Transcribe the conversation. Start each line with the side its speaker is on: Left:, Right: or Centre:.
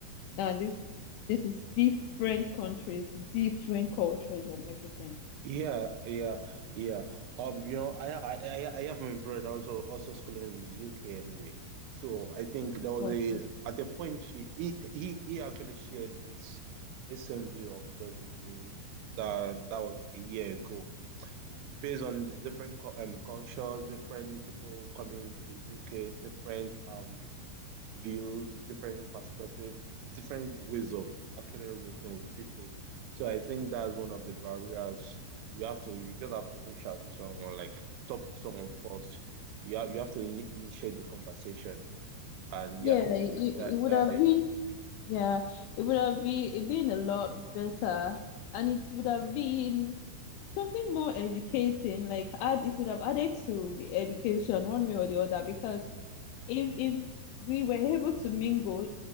Left: now this this is different countries, different cultures and everything.
Right: Yeah, yeah, yeah. Um, you know, I I I I have my brother also also schooling in the UK anyway. So I think there was
Left: Well,
Right: a at the point she he he, he actually shared this this same view of yours with me that that was a year ago. Based on the different cu- um cultures, different people coming to the UK, different um views, different perspective, different ways of actually relating with people. So I think that's one of the barriers. You have to you just have to reach out to someone, like talk to someone first. You have you have to in- initiate the conversation, and
Left: yeah,
Right: yeah,
Left: it,
Right: that
Left: it would
Right: that
Left: have
Right: they.
Left: been yeah, it would have been it been a lot better and it would have been something more educating, like add it would have added to the education one way or the other because if if we were able to mingle